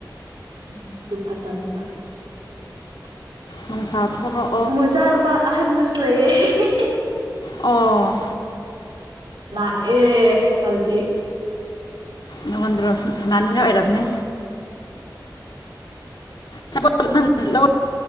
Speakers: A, on the right; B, on the left.
A: ꯂꯝꯕꯤꯗꯨ ꯐꯠꯇꯕꯅꯤꯅ <inaudible>
B: ꯅꯨꯡꯁꯥ ꯊꯣꯛꯔꯣꯛ
A: ꯃꯆꯥꯅꯨꯄꯥ ꯑꯍꯟꯗꯨꯁꯨ ꯂꯩꯌꯦ <unintelligible>
B: ꯑꯣ
A: ꯂꯥꯛꯑꯦ ꯍꯧꯖꯤꯛ
B: ꯅꯪꯉꯣꯟꯗꯔꯣ ꯁꯅꯥꯅꯤꯡꯉꯥꯏ ꯑꯣꯏꯔꯝꯒꯅꯤ ꯆꯄꯣꯠ ꯅꯪ ꯂꯧ